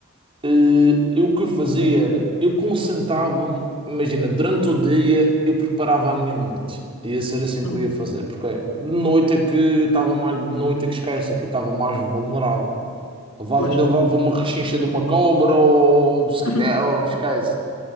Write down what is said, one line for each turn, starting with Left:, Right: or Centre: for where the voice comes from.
Right: eh, eu o que eu fazia era, eu concentrava-me, imagina, durante o dia eu preparava a minha noite. Ia ser assim
Left: Hum,
Right: que eu ia fazer, porque de noite é que eu estava mais, de noite é que esquece, é que eu estava mais vulnerável. Levava,
Left: pois.
Right: ainda levava uma rechincha de uma cobra ou sei
Left: <laughs>
Right: lá, ou esquece.